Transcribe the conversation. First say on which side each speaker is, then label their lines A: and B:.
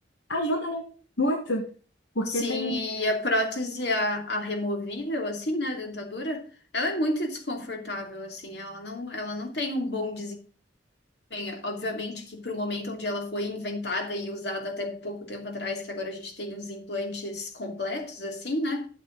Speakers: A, on the left; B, on the left.
A: ajuda, né? Muito, porque
B: Sim,
A: tem.
B: e a prótese, a, a removível, assim, né, a dentadura, ela é muito desconfortável, assim, ela não, ela não tem um bom Bem, obviamente que para o momento onde ela foi inventada e usada até pouco tempo atrás, que agora a gente tem os implantes completos, assim, né?